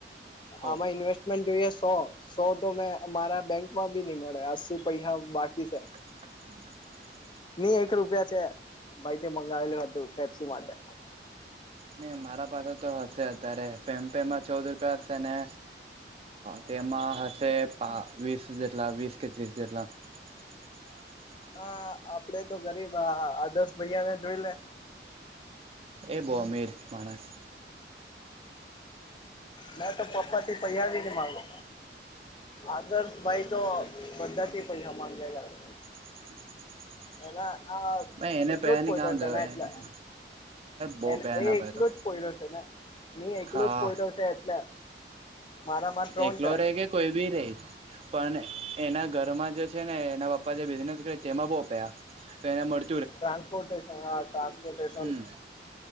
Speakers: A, on the right; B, on the left.
A: હો
B: આમાં ઇન્વેસ્ટ, જોઈએ, સો, સો તોમેં મારા બેંક માં ભી નહીં મળે! અસલી પૈસા બાકી છે.
A: <unintelligible> <inaudible>
B: ની એક રૂપિયા છે, ભાઈથી મંગાવેલું હતું પેપ્સી માટે.
A: નહીં મારા પાસે તો હશે અત્યારે, ફેમ પે ચૌદ રૂપિયા છે. તેમાં હશે વીસ જેટલા, વીસ કે ત્રીસ જેટલા. <unintelligible> <inaudible>
B: હા આપડે તો ગરીબ આદર્શ ભૈયાને જોઈલે,
A: એ બહુ અમીર માણસ,
B: મેતો પપ્પા થી પૈસા નહી માંગુ. આદર્શભાઈ તો બધાથી પૈસા માંગેલા જ,
A: <unintelligible> <inaudible>
B: એહા
A: ભાઈ એને
B: એટલું
A: પૈસા
B: જ <inaudible> <inaudible> પોયતશે
A: ની કાં અરે
B: એટલે,
A: બહુ
B: એ
A: પૈસા
B: એ
A: ના
B: એકલો
A: પાય તો
B: જ પોઈડો તને ને એકલો
A: હા
B: જ પોઈડો છે એટલે, મારામાં ત્રણ
A: એકલો
B: છે
A: રહે કે કોઈ બી નઈ, પણ એના ઘરમાં જે છે ને એના પપ્પા જે મહેનત - તેમાં બહ પૈહા એને મળ
B: ટ્રાન્સપોર્ટેન હા ટ્રાન્સપોર્ટેશન
A: હમ